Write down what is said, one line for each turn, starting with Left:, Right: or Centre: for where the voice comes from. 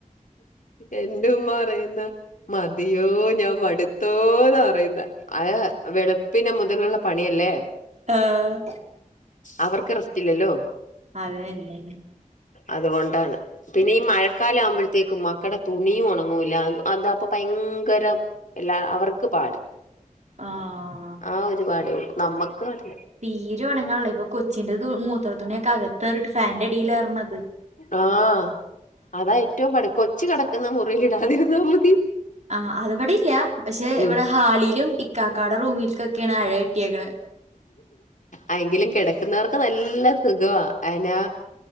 Left: എൻ്റെ ഉമ്മ പറയുന്നെ മതിയോ ഞാൻ മടുത്തോന്നറയുന്നെ. അത്‌ വെളുപ്പിന് മുതലുള്ള പണിയല്ലേ.
Right: ആഹ്
Left: അവർക്ക് റെസ്റ്റില്ലല്ലോ.
Right: അതെന്നെ
Left: അതുകൊണ്ടാണ് പിന്നെ ഈ മഴക്കാലാവുമ്പഴ് ത്തേക്കും മക്കടെ തുണിം ഒണങ്ങൂല്ല. അതപ്പ ഭയങ്കര എല്ലാ അവർക്ക് പാട്.
Right: ആഹ്
Left: ആ ഒരുപാടേ ഒള്ളൂ. നമ്മക്കാട്ടിലും.
Right: തീരെ ഒണങ്ങ്ണ്ല്ല ഇപ്പൊ കൊച്ചിന്റെതു മൂത്ര തുണിയക്കെ അകത്തോരട്ട് ഫാൻന്റെടിലേറ്ണത്.
Left: ആഹ് അതാ ഏറ്റും പാട്. കൊച്ച് കടക്കുന്ന മുറിലിടാതിരുന്നാ മതി.
Right: ആഹ് അതവിടില്ല. പക്ഷെ
Left: ഉം
Right: ഇവിടെ ഹാളിലും ഇക്കാക്കാട റൂമിൽക്കൊക്കേണ് അഴ കെട്ടിയേക്ക്ണ്.
Left: അയെങ്കിലു കെട്ക്കുന്നർക്ക് നല്ല സുഖവാ. അയ്നാ